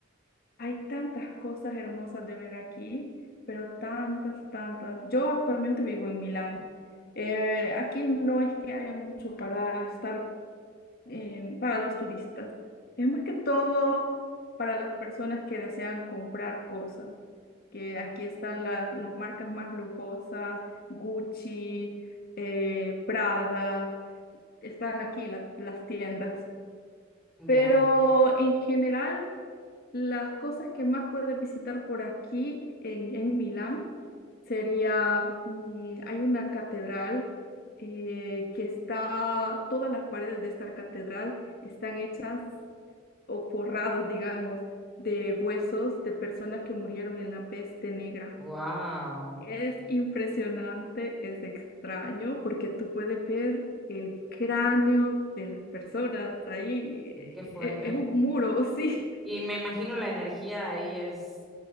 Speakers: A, on the left (about 50°); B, in the centre.
A: hay tantas cosas hermosas de ver aquí, pero tantas, tantas. Yo actualmente vivo en Milán. Eh, aquí no es que haya mucho para estar eh, para los turistas. Es más que todo para las personas que desean comprar cosas, que aquí están la- las marcas más lujosas, Gucci, eh, Prada, están aquí las las tiendas. Pero
B: ya.
A: en general las cosas que más puedes visitar por aquí en, en Milán sería, mm, hay una catedral eh, que está, todas las paredes de esta catedral están hechas o forradas, digamos, de huesos de personas que murieron en la peste negra.
B: Wow,
A: Es impresionante, es extraño, porque tú puedes ver el cráneo de las personas ahí. e-
B: qué fuerte.
A: e- Es un muro, <laughs> sí.
B: Y me imagino la energía ahí es